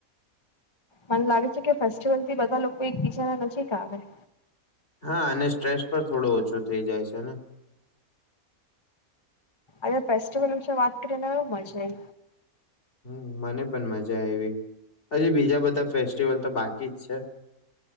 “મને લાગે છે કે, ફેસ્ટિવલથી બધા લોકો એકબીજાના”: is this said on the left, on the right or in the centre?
Left